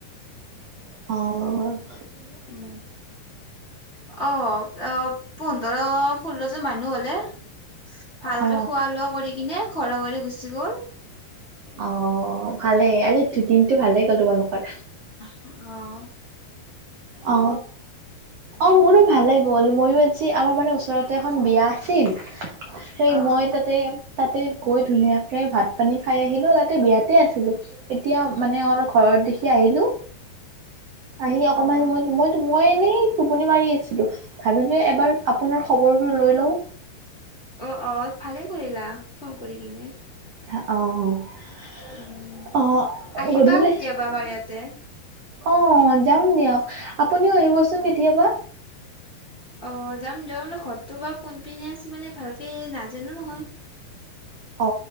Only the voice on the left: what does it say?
উ অ অ পোন্ধৰ ষোল্ল জ মানুহ হলে ভালকে
খোৱা লোৱা কৰি কিনে ঘৰে ঘৰে। গুচি গ'ল।
অহ।
অ',
অ', অ',
অ', ভালে কৰিলা অ কৰি কিনে
উম
আহিবা
কেতিয়াবা আমাৰ ইয়াতে
অ যাম, যোৱা মানে ঘৰতটো বাৰু কোনপিনে আছে মানে ভালকে নাজানোঁ নহয়।